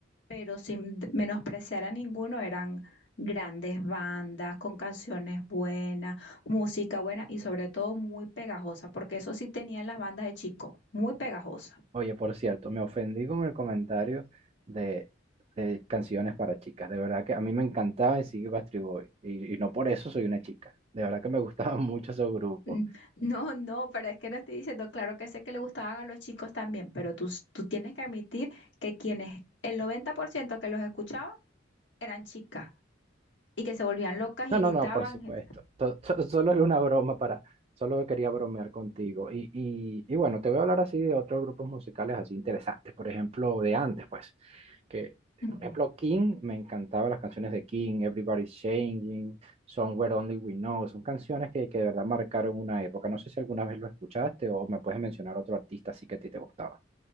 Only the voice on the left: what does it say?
pero sin menospreciar a ninguno, eran grandes bandas con canciones buenas, música buena y sobre todo muy pegajosa, porque eso sí tenían las bandas de chico, muy pegajosa.
Mm, No, no, pero es que no estoy diciendo, claro que sé que le gustaban a los chicos también, pero tú, s- tú tienes que admitir que quienes, el 90% que los escuchaba eran chicas y que se volvían locas y
gritaban.
<laughs>